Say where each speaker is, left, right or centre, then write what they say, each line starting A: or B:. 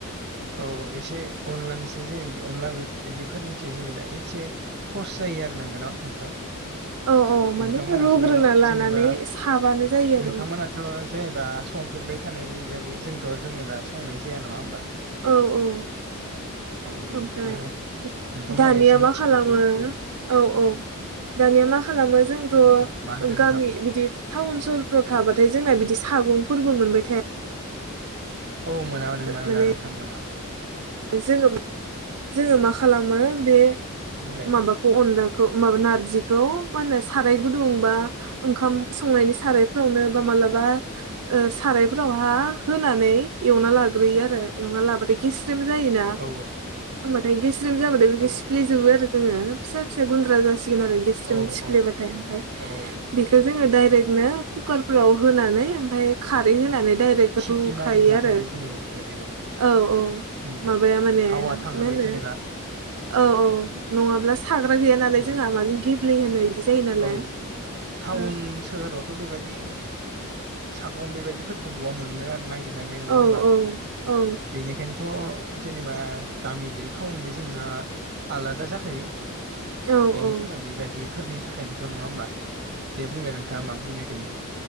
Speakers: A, on the right (about 50°); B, on the right (about 85°).
A: औ एसे अनलानिसो जेने अनला बिदिफोरनिफ्राय जेनेबा एसे खर्स जायो आरो नोंगौन' नोंथां
B: औ औ माने
A: नोंथांमोनाथ'
B: रुग्रोना लानानै
A: जेनेबा
B: साबानो जायो आरो
A: नोंथांमोना थ' जेनेबा संफेरबाय थानाय बिदिबायदि जोंथ' जेनेबा संनाय जाया नङा होमबा
B: औ औ
A: औ बेनिखायनो
B: ओमफ्राय
A: नोंथांमोना
B: दानिया
A: एसे मिथिखागौ
B: मा खालामो
A: बिदि
B: औ औ दानिया मा खालामो जोंथ'
A: औ मा होनदों नोंथां
B: गामि बिदि टाउन सहरफ्राव थाबाथाय जोंना बिदि सागंफोरबो मोनबाय थाया
A: औ मोना नों मोन मोना
B: माने
A: नोंथां मोना
B: जोङो जोङो मा खालामो बे
A: बुंलाय
B: माबाखौ अनलाखौ माबा नारजिखौ मा होनो साराय गुदुंबा ओंखाम संनायनि सारायफोरावनो बा मालाबा सारायफोरावहा होनानै एवना लाग्रोयो आरो एवना लाबाथाय गेस जायो ना
A: औ
B: बेखौ गेसरेम जाबाथाय बेखौ
A: औ
B: सिफले जोबो आरो जोङो फिसा फिसा गुन्द्रा जासिगोन आरो गेस्रेम
A: औ
B: सिफ्लेबाथाय
A: औ
B: ओमफ्राय
A: औ
B: बेखौ जोङो डायरेक्टनो कुकारफोराव होनानै ओमफ्राय खारै होनानै डाइरेक्ट
A: सिटि
B: रुखायो
A: मारिना
B: आरो
A: होबाय जेनेबा बेबायदिखौ
B: औ औ
A: उम
B: माबाया माने
A: हावा थाङोबाय
B: मा होनो
A: जेनेबा
B: औ औ नङाब्ला साग्रा गैया नालाय
A: बेबायदि
B: जोंहा माजों गेब्लेहोनो जायो नालाय
A: औ टाउन
B: औ
A: सोहोराव थ' बेबायदि सागं बेबायदिफोरखौ बहा मोननो आरो नागिरनानै नङा
B: औ
A: होमबा
B: औ
A: बेनिखायनोथ' जेनेबा गामिजों टाउनजों जेनेबा आलादा जाखायो
B: औ
A: बेनि
B: औ
A: थाखाय बेबायदिफोरनि थाखायनोथ' नङा होमबा दे बुंलाय नोंथाङा मा बुंलाय <inaudible>